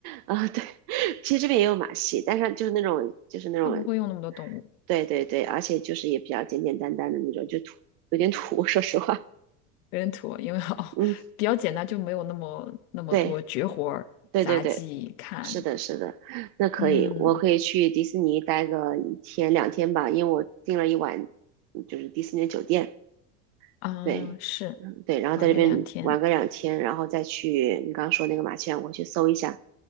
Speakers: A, on the right (about 50°); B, on the left (about 70°).
A: 啊。对，其实这边也有马戏，但是就是那种就是那种
B: 它不会用那么多动物，
A: 对对对，而且就是也比较简简单单的那种，就土有点土。说实话，
B: 有点土，因为哦
A: 嗯，
B: <laughs>，比较简单，就没有那么那么多绝活儿、
A: 对对对对。
B: 杂技看。
A: 是的，是的，那可以，
B: 嗯
A: 我可以去迪士尼待个一天两天吧，因为我订了一晚，就是迪士尼的酒店，
B: 嗯，
A: 对，
B: 是
A: 嗯，对，然后在这边玩个两天，
B: 玩个两天，
A: 然后再去你刚刚说那个马戏团，我去搜一下，